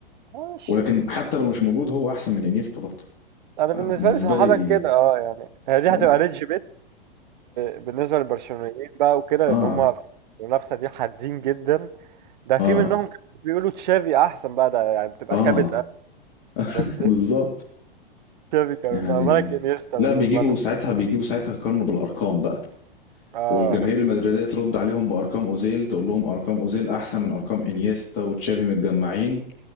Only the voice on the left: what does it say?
ولكن حتى لو مش موجود هو أحسن من إنيستا برضه
فبالنسبة
لي
آه
آه
آه,
آه
<laughs>
بالظبط
يعني
لا
بيجيبوا
ساعتها بيجيبوا ساعتها يقارنوا بالأرقام بقى
والجماهير المدريدية ترد عليهم بأرقام أوزيل تقول لهم أرقام أوزيل أحسن من أرقام إنيستا وتشافي متجمعين